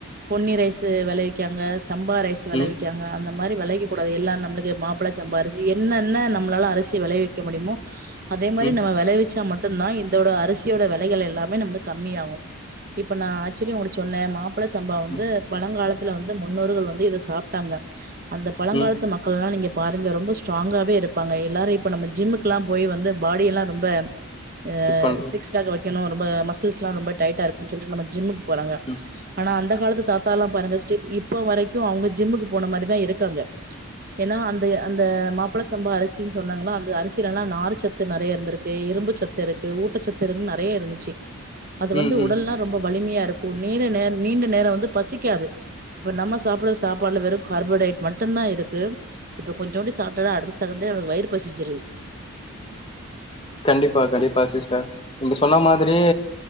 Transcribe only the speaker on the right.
பொன்னி ரைஸு வெளைவிக்காங்க சம்பா ரைஸ் வெளவிக்காங்க
அந்த மாரி வெள கூடாது எல்லா நம்மளுக்கு மாப்ள சம்பா அரிசி என்னென்ன நம்மளால அரிசிய வெளைவிக்க முடிமோ அதே மாரி
நம்ம வெளவிச்சா மட் டுந்தா இந்தோட அரிசியோட வெலைகள் எல்லாமே நம்ளுக்கு கம்மியாவு இப்ப நா ஆக்சுவ்லி உங்கிட்ட சொன்னே மாப்ள சம்பா வந்
து பலங்காலத் துல வந்து முன்னோர்கள் வந்து இத சாப்ட்டாங்க அந்த பலங்காலத்து
மக்கள்லா நீங்க பாருங்க ரொம்ப ஸ்ட்ராங்காவே இருப்பாங்க எல்லாரையு‌ இப்ப நம்ம ஜிம்முக்குலா போய் வந்து பாடியலா ரொம்ப அஹ்
சிக்ஸ் பேக்க வைக்கணு ரொம்ப மஸ் துஸ்லா ரொம்ப டைட்டாருக் சொல்ட்டு நம்ம ஜிம்முக்கு போறாங்க
ஆனா அந்த <unintelligible> தாத்தாலா பாருங்க ஸ்டா இப்ப வரைக்கு அவங்க ஜிம்முக்கு போன மாரிதா இருக்காங்க ஏன்னா அந்த அந்த மாப்புள சம்பா அரிசின்னு சொன்னாங்களா அந்த அரிசியிலலா நாரு சத்து நெறைய இருந்துருக்கு இரும்பு சத்து இருக்கு ஊட்டச்சத்து இருந் நெறைய இருந்துச்சி அது வந்து
உடல்னா
ரொம்ப வலிமையாருக்கு நீர நே நீண்ட நேரோ வந்து காது இப்ப நம்ம சாப்புற சாப்பாடுல வெறு கார்போடைட் மட்டுந்தா இருக்கு இப்ப கொஞ்சோன்டு சாப்டாதா அடுத்த செகன்டே வயிறு பசிச்சிரு